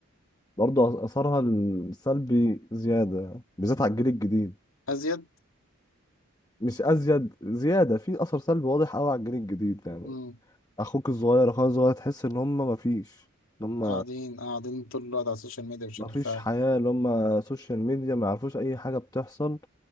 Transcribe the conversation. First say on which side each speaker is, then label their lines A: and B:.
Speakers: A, on the left; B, on the left.
A: برضه اثرها السلبي زيادة بالذات على الجيل الجديد
B: أزيد
A: مش ازيد زيادة في اثر سلبي واضح قوي على الجيل الجديد يعني
B: مم.
A: اخوك الصغير اخويا الصغير تحس ان هم مفيش هم
B: قاعدين قاعدين طول الوقت على السوشيال ميديا بشكل
A: ما فيش
B: فعلي
A: حياة اللي هم سوشيال ميديا ما يعرفوش أي حاجة بتحصل